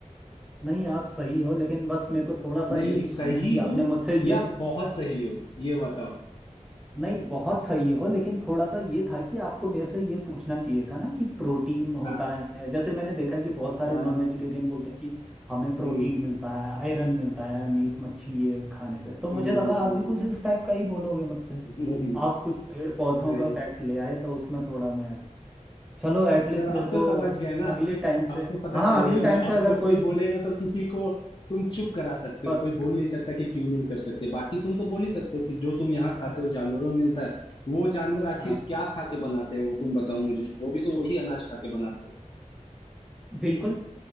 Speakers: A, in the centre; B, on the left (about 40°).
A: नहीं आप सही हो लेकिन बस मेरे को थोड़ा सा
B: नहीं
A: ये
B: सही
A: था ना कि
B: हूँ
A: आपने मुझसे ये
B: या बहुत सही हो ये बताओ
A: नहीं बहुत सही हो लेकिन थोड़ा सा ये था कि आपको मेरे से ये पूछना चाहिए था ना कि प्रोटीन होता
B: हाँ
A: है जैसे मैंने देखा कि बहुत सारे
B: हाँ।
A: नॉन वेजिटेरियन बोलते हैं कि हमें प्रोटीन
B: हम्म
A: मिलता है आयरन मिलता है मीट मच्छी ये खाने से तो मुझे
B: हम्म,
A: लगा
B: हम्म, हम्म,
A: आप भी कुछ इस टाइप का ही बोलोगे मुझसे
B: हम्म, नहीं
A: आप कुछ पेड़ पौधों
B: नहीं
A: का फैक्ट ले आए तो उसमें थोड़ा मैं चलो एटलीस्ट
B: चलो
A: मेरे
B: अब तो
A: को
B: समझ गए ना
A: अगली टाइम
B: अब
A: से
B: तो पता
A: हाँ
B: चल
A: अगली
B: गया
A: टाइम
B: ना
A: से
B: अब
A: अगर
B: तो कोई
A: कोई पू-
B: बोलेगा तो किसी को तुम चुप करा सकते
A: बस
B: हो कोई बोल नहीं सकता कि क्यों नहीं कर सकते बाकी तुम तो बोल ही सकते हो कि जो तुम यहाँ खाते हो जानवरों में मिलता है वो जानवर आखिर
A: हाँ
B: क्या खा के बनाते हैं वो तुम बताओ मुझे वो भी तो वही अनाज खा के बनाते हैं
A: बिल्कुल